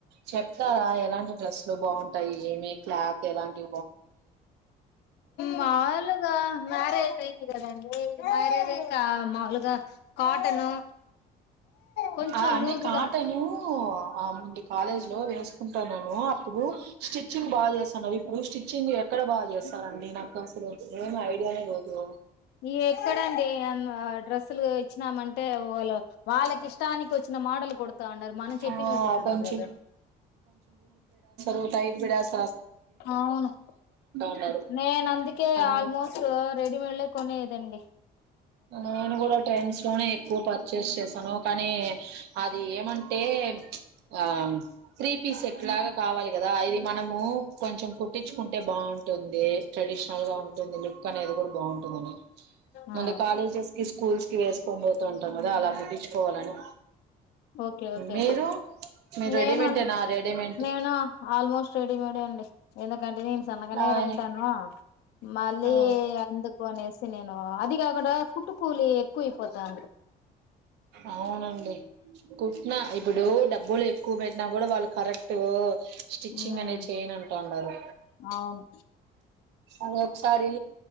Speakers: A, on the right (about 80°); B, on the left (about 80°).
A: చెప్తారా ఎలాంటి డ్రెస్ లో బావుం టై ఏమి క్లాక్ ఎలాంటి
B: మాములుగా మ్యారేజ్ అయింది కదండి మేరేజ్ ఇంకా మాములుగా కాటను కొంచెం
A: ఆ అంటే
B: లూజుగా
A: కాటను ఆ ముందు కాలేజీ లో వేసుకుం నేను అప్పుడు స్టిచ్చింగ్ బాగా చేసాను ఇప్పుడు స్టిచ్చింగ్ ఎక్కడ బాగా చేస్తారండి నాకు అసలు ఏమి ఐడియానే లేదు
B: ఈ ఎక్కడండి డ్రెస్సులు ఇచ్చినామంటే వాళ్ళు వాళ్ళకి ఇష్ట టానికి వచ్చిన మోడలు కుడతా ఉన్నారు మనం చెప్పినవి
A: ఆ
B: కుట్టడం
A: కొంచెం
B: లేదు
A: నువ్వు టైట్ పెట్టెస్
B: అవును
A: ఉన్నారు
B: నేను అందుకే
A: అన్
B: ఆల్మోస్ట్ రెడిమేడ్లే కొనేది దండి
A: నేను కూడా ట్రెండ్స్ లోనే ఎక్కువ పర్చేజ్ చేసాను కానీ అది ఏమంటే ఆ త్రీ పీస్ సెట్లాగా కావాలి కదా ఇది మనము కొంచెం కుట్టించుకుంటే బావుంటుంది ట్రెడిషనల్ గా ఉంటుంది లుక్ అనేది కూడా బావుంటుంది అని
B: ఆ
A: ముందు కాలేజెస్ కి స్కూల్స్ కి వేసుకొని పోతా ఉంటాం కదా అలా కుట్టించుకోవాలని
B: ఓకే ఓకే
A: మీరు మీరు
B: నేను
A: రెడీమేంటేనా
B: అం
A: రెడీమేంట్
B: నేను ఆల్మోస్ట్ రెడీమేడే అండి ఎలా ఎందుకంటే నేను సన్నగనే
A: దాని
B: గద ఉంటాను మళ్ళీ
A: ఆ
B: అందుకనేసి నేను అది ఇంకా అక్కడ కుట్టుకూలి ఎక్కువ అయిపోతాంది
A: అవునండి కుట్న ఇప్పుడు డబ్ కూలి ఎక్కువ పెట్టినా కూడా వాళ్ళు కరెక్టూ స్టిచ్చింగ్
B: ఉమ్
A: అనేది చేయను అంటూ ఉన్నారు
B: అవును
A: అదే ఒకసారి